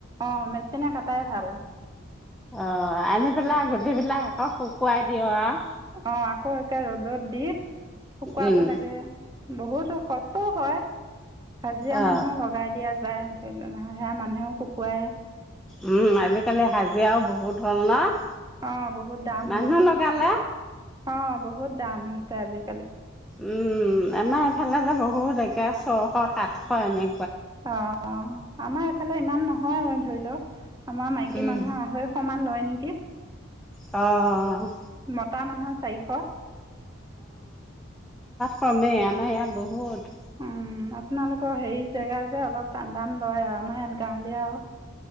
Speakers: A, on the right; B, in the centre.
A: অঁ মেচিনে কটাই ভাল
B: অ', আনি পেলাই গুটিবিলাক আকৌ শুকুৱাই দিঅ' আওঁ।
A: অ', আকৌ একে ৰ'দত দি শুকুৱাব
B: উম
A: লাগে বহুতো কষ্টও হয়। হাজিৰা
B: অ
A: মানুহ লগাই দিয়া যায়। <inaudible> সেয়া মানুহেও শুকুৱাই।
B: ওম, আজিকালি হাজিৰাও বহুত হ'ল ন?
A: অ ', বহুত দাম
B: মানুহ
A: হ'ল।
B: লগালে
A: অ', বহুত দাম হৈছে আজি।
B: উম আমা ইফালে যে বহুত একে ছশ সাতশ এনে
A: অ',। আমাৰ এইফালে ইমান নহয় ধৰি লওক আমাৰ মাইকী
B: উম
A: মানুহৰ আঢ়ৈশ সমান লয় নেকি? কি?
B: অ'
A: মতা মানুহৰ চাৰিশ।
B: কমে আমাৰ ইয়াত বহুত।
A: উম আপোনালোকৰ হেৰি জেগা যে অলপ টান দাম লয় আৰু আমাৰ ইয়াত গাঁৱলীয়া আৰু।